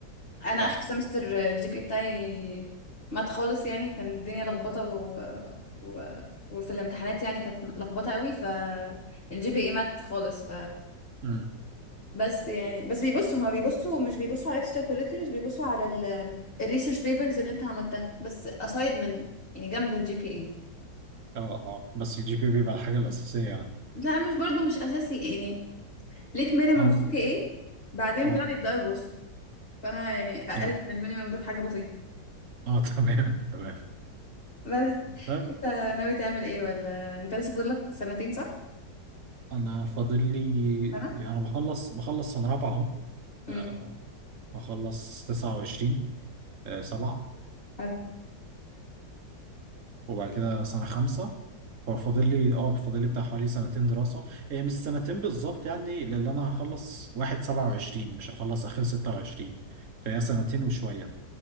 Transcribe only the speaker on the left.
أنا
آخر سمستر الجي بي إيه بتاعي مات خالص يعني كان الدنيا لخبطة و... و... وفي الامتحانات يعني كانت لخبطة قوي فالجي بي اي مات خالص
بس يعني بس بيبصوا هما بيبصوا مش بيبصوا على اكسترا كوريكولرز بيبصوا على الريسيرش بيبرز اللي انت عملتها بس aside من يعني جنب الجي بي اي
لا مش برضو مش اساسي يعني ليك مينيمم
جي بي اي بعدين
بقى بيبداوا يبصوا فانا يعني اقل
من المينيمم ده في حاجه بسيطه
بس
انت ناوي تعمل ايه ولا انت لسه فاضل لك سنتين صح
انا
امم
حلو